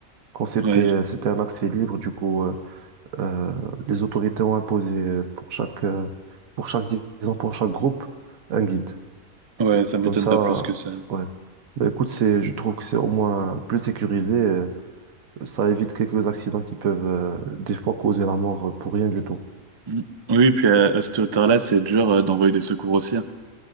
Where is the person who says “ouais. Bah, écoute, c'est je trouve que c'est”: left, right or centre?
Right